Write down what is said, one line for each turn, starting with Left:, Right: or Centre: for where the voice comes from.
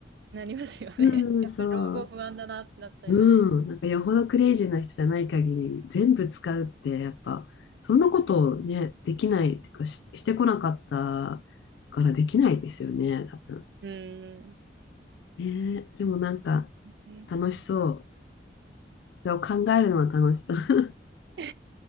Right: なりますよね。
Left: うん、
Right: <laughs> やっぱり老後不安だなってなっちゃいますよ。
Left: そう。うん。なんかよほどクレイジーな人じゃない限り、全部使うってやっぱ、そんなことをね、できないっていうか、し、してこなかったからできないですよね、多分。
Right: うーん。
Left: ねえ、でもなんか
Right: ね
Left: 楽しそう。それを考えるのは楽しそう。
Right: <laughs> な